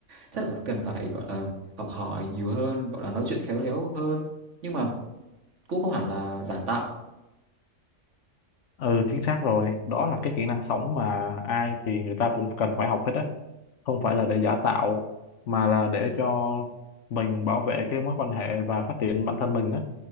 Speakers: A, on the right; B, on the left.
A: chắc là cần phải gọi là học hỏi nhiều hơn gọi là nói chuyện khéo léo hơn nhưng mà cũng không hẳn là giả tạo
B: ừ chính xác rồi đó là cái kỹ năng sống mà ai thì người ta cũng cần phải học hết á không phải là để giả tạo mà là để cho mình bảo vệ cái mối quan hệ và phát triển bản thân mình á